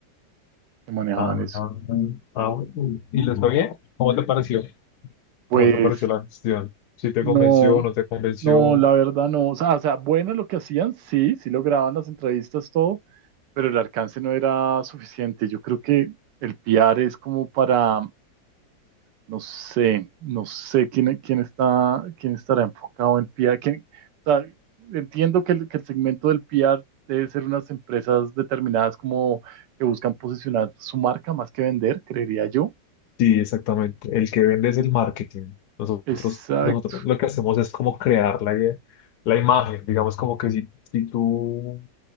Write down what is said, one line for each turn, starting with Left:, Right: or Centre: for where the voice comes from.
Right: que manejaban
Left: Ah,
Right: eso.
Left: ah, ah, bueno. ¿Y les pagué? ¿Cómo te pareció?
Right: Pues
Left: ¿Cómo te pareció la gestión? ¿Si te
Right: no,
Left: convenció o no te convenció?
Right: no, la verdad no. O sea, o sea, bueno lo que hacían, sí, sí lograban las entrevistas, todo, pero el alcance no era suficiente. Yo creo que el PR es como para, no sé, no sé quién, quién está, quién estará enfocado en PR. quién- o sea, entiendo que el, que el segmento del PR debe ser unas empresas determinadas como que buscan posicionar su marca más que vender, creería yo.
Left: Sí, exactamente. El que vende es el marketing. Nosotros,
Right: Exacto,
Left: nosotros lo que hacemos es como crear la, i- la imagen. Digamos como que si, si tú